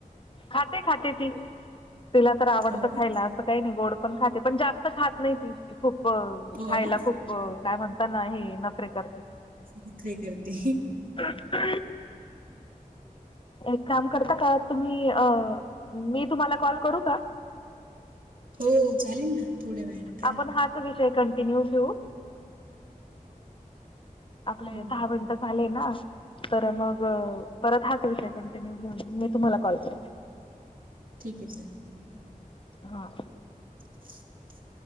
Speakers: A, on the left (about 35°); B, on the right (about 75°).
A: खाते खाते ती तिला तर आवडत
B: हो ना
A: खायला अस काही नाही गोड पण खाते पण जास्त खात नाही त खूप
B: हो
A: खायला
B: ना
A: खूप काय म्हणताना ह नखरे करते.
B: नखरे करते!
A: ह एक काम करता का तुम्ही अ मी तुम्हाला कॉल करू का?
B: हो चालेल ना थोड्या वेळाने! करा
A: आपण हाच विषय कंटिन्यू घेऊ? आपले
B: हो
A: दहा मिनिट झाले ना तर मग परत हाच विषय कंटिन्यू घेऊन मी तुम्हाला कॉल करते.
B: ठीक आहे चालेल.
A: हा.
B: <unintelligible>